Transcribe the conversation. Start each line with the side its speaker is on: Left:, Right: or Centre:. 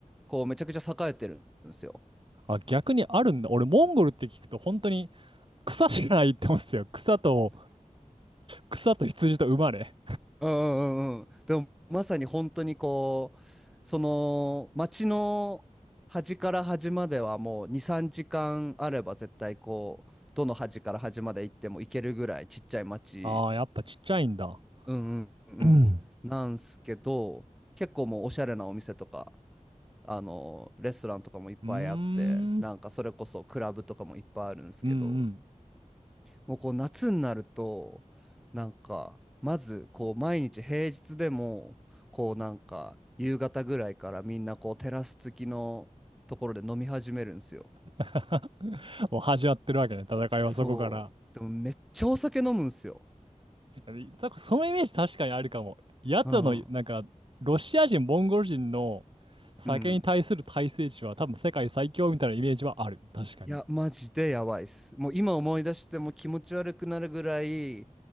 Centre: こうめちゃくちゃ栄えてるんですよ。
Right: あ、逆にあるんだ。俺、モンゴルって聞くと本当に草しかないって思うんですよ。草と、草と羊と馬ね。
Centre: うんうんうんうん。でもまさに本当にこうその街の端から端まではもう2、3時間あれば絶対こうどの端から端まで行っても行けるぐらいちっちゃい街
Right: ああ、やっぱちっちゃいんだ。
Centre: うんうんうんなんすけど結構もうおしゃれなお店とか
Right: うん。
Centre: あのレストランとかもいっぱいあってなんかそれこそクラブとかもいっぱいあるんですけど
Right: うーん。うんうん
Centre: もうこう夏になるとなんかまずこう毎日平日でもこうなんか夕方ぐらいからみんなこうテラス付きのところで飲み始めるんですよ。
Right: <laughs> もう始まってるわけね、戦いはそこから。
Centre: そうでもめっちゃお酒飲むんですよ。
Right: いやそそのイメージ確かにあるかも。奴らの、
Centre: うん
Right: なんか、ロシア人、モンゴル人の酒に対する耐性値は多分世界最強みたいなイメージはある。
Centre: うん
Right: 確かに。
Centre: いやマジでやばいっす。もう今思い出しても気持ち悪くなるぐらい